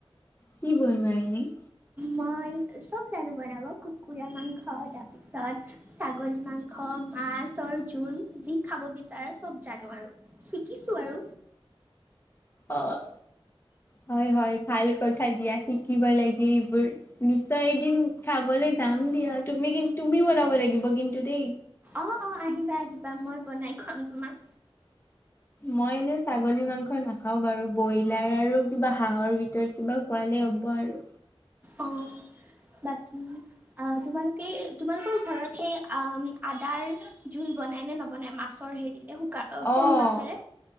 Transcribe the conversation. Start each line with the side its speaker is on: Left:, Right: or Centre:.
Left: কি বনোৱা এনেই?
Right: মই, চ'ব জানো বনাব কুকুৰা মাংস তাৰপিছত, ছাগলী মাংস, মাছৰ জোল যি খাব বিচাৰে চ'ব জানো আৰু। শিকিছোঁ আৰু।
Left: অ' হয়, হয়, ভাল কথা দিয়া শিকিব লাগে এইবোৰৰ নিশ্চয় এদিন খাবলৈ যাম দিয়া, তুমি কিন্ত তুমি বনাব লাগিব কিন্তু দেই।
Right: অ' অ' আহিবা, আহিবা মই বনাই খোৱাম তোমাক।
Left: মই এনে ছাগলী মাংস নাখাওঁ বাৰু। ব্ৰইলাৰ আৰু কিবা হাঁহৰ ভিতৰত কিবা। খোৱালে হ'ব আৰু।
Right: অ' বাকী। অ' তোমালোকে, তোমালোকৰ ঘৰত সেই আ আদাৰ। জোল বনাই নে নবনাই মাছৰ হেৰিৰে। শুকা
Left: অ'।
Right: সৰু মাছেৰে